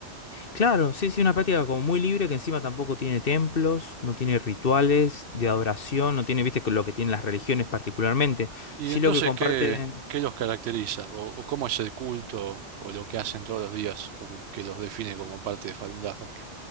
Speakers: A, on the left; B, on the right.
A: Claro, sí, sí, una práctica como muy libre, que encima tampoco tiene templos, no tiene rituales de adoración, no tiene, viste, lo que tienen las religiones particularmente.
B: Y
A: Sí,
B: entonces,
A: lo que comparte.
B: ¿qué, qué los caracteriza? ¿O, o cómo es el culto o lo que hacen todos los días como que los define como parte de Falun Dafa?